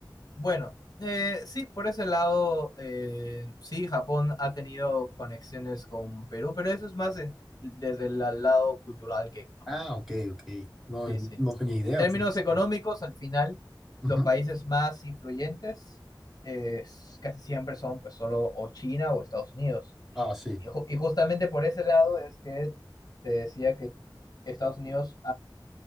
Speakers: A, on the left; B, in the centre.
A: Bueno, eh, sí, por ese lado, eh, sí, Japón ha tenido conexiones con Perú, pero eso es más en- desde el la- lado cultural que económico.
B: Ah, ok, ok. No,
A: Sí,
B: eh,
A: sí.
B: no tenía idea.
A: En términos
B: porque-
A: económicos,
B: sí.
A: al final,
B: Ujú.
A: los países más influyentes eh, s- casi siempre son pues solo o China o Estados Unidos.
B: Ah, sí.
A: Y, ju- y justamente por ese lado es que te decía que Estados Unidos